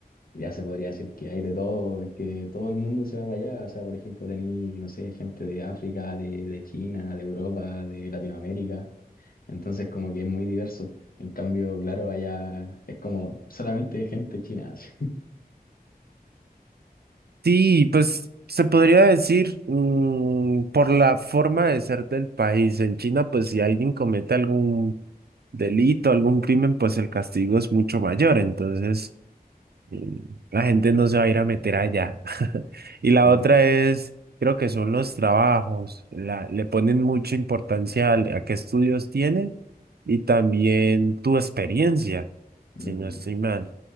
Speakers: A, on the left; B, on the right.
A: ya se podría decir que hay de todo, porque todo el mundo se va para allá. O sea, por ejemplo, tení, no sé, gente de África, de, de China, de Europa, de Latinoamérica. Entonces, como que es muy diverso. En cambio, claro, allá es como solamente gente china. <laughs> así.
B: Sí, pues se podría decir mm, por la forma de ser del país. En China, pues si alguien comete algún delito, algún crimen, pues el castigo es mucho mayor. Entonces... Mm, La gente no se va a ir a meter allá. <laughs> Y la
A: Claro.
B: otra es, creo que son los trabajos. La, le ponen mucha importancia al- a, qué estudios tienes y también tu experiencia, si
A: Mm.
B: no estoy mal.